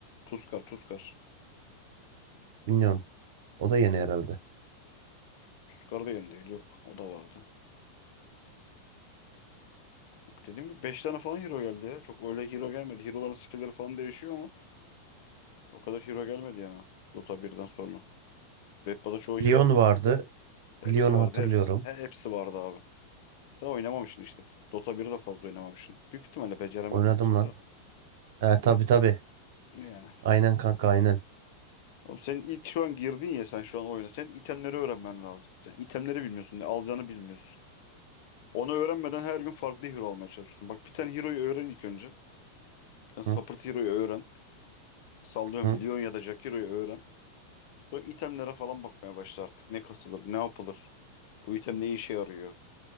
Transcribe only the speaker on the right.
Bilmiyorum. O da yeni herhalde.
Leon
vardı.
Lyon'u
hatırlıyorum.
Oynadım
lan.
He tabii tabii.
Aynen kanka aynen.
Hı
hı.